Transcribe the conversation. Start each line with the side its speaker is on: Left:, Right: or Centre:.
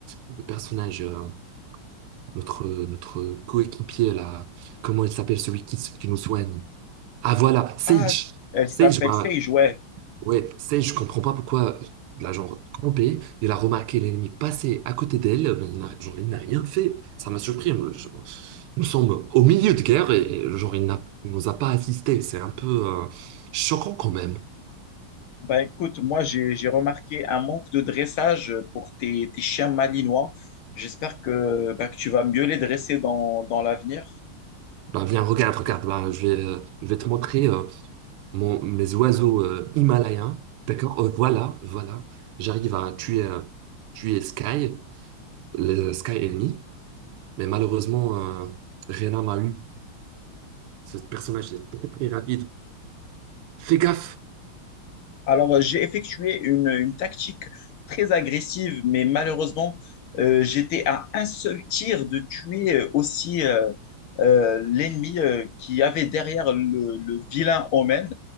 Right: le personnage, euh, notre, notre coéquipier, là, comment il s'appelle, celui qui, s- qui nous soigne? Ah voilà, Sage.
Left: Ah, elle
Right: Sage,
Left: s'appelle
Right: bah,
Left: Sage, ouais.
Right: Ouais, c'est, je comprends pas pourquoi la genre campé, il a remarqué l'ennemi passer à côté d'elle, mais il n'a genre, il n'a rien fait. Ça m'a surpris. moi, je- nous sommes au milieu de guerre et et, genre il n'a, il nous a pas assisté. C'est un peu euh, choquant quand même.
Left: Bah écoute, moi j'ai j'ai remarqué un manque de dressage pour tes, tes chiens malinois. J'espère que, bah, que tu vas mieux les dresser dans, dans l'avenir.
Right: Bah, viens, regarde, regarde, là, je vais, euh, je vais te montrer euh, mon, mes oiseaux euh, himalayens. D'accord? Euh, voilà, voilà. J'arrive à tuer, euh, tuer Sky, le Sky ennemi, mais malheureusement, euh, Rena m'a eu. Ce personnage est très très rapide. Fais gaffe.
Left: Alors, euh, j'ai effectué une, une tactique très agressive, mais malheureusement, euh, j'étais à un seul tir de tuer euh, aussi euh, euh, l'ennemi euh, qui avait derrière le, le vilain Omen.